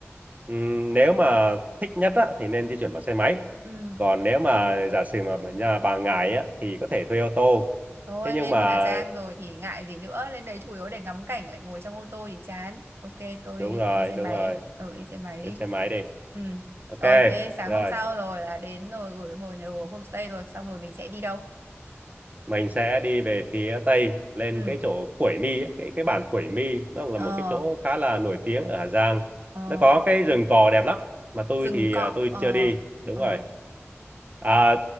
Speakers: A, on the right; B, on the right.
A: Ừm, nếu mà thích nhất á, thì nên di chuyển bằng xe máy
B: Ừ.
A: còn nếu mà giả sử mà ở nhà bà ngại á, thì có thể thuê ô tô
B: thôi
A: thế nhưng
B: lên
A: mà
B: Hà Giang rồi thì ngại gì nữa lên đấy chủ yếu để ngắm cảnh lại ngồi trong ô tô thì chán ok tôi
A: đúng rồi
B: đi xe
A: đúng
B: máy
A: rồi
B: ừ đi xe máy
A: thuê
B: đi
A: xe máy đi
B: ừ
A: ok
B: rồi thế sáng
A: rồi
B: hôm sau rồi là đến rồi gửi hồi nhà đồ homestay rồi xong rồi mình sẽ đi đâu
A: mình sẽ đi về phía tây lên
B: Ừ.
A: cái chỗ Khuổi Mi ấy, cái cái bản Khuổi Mi nó là
B: ờ
A: một cái chỗ khá là nổi tiếng ở Hà Giang
B: ờ
A: nó có cái rừng cò đẹp lắm mà tôi
B: rừng
A: thì
B: cọ
A: à, tôi
B: ờ
A: chưa đi đúng
B: ờ
A: rồi à,